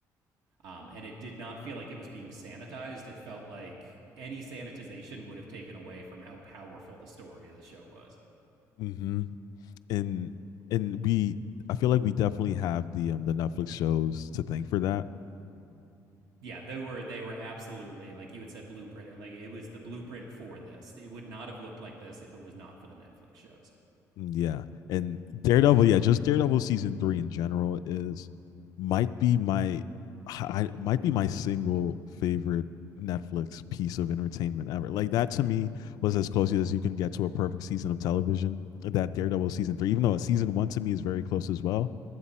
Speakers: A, on the right; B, on the left.
A: Um, and it did not feel like it was being sanitized. It felt like any sanitization would have taken away from how powerful the story of the show was.
B: Mm-hmm. and and we I feel like we definitely have the um the Netflix shows to thank for that.
A: Yeah, they were they were absolutely like you had said blueprint or like it was the blueprint for this. It would not have looked like this if it was not for the Netflix shows,
B: Mm, Yeah. And Daredevil, yeah, just Daredevil season 3 in general is might be my I, might be my single favorite Netflix piece of entertainment ever. Like that to me was as close as you can get to a perfect season of television. That Daredevil season 3 even though season 1 to me is very close as well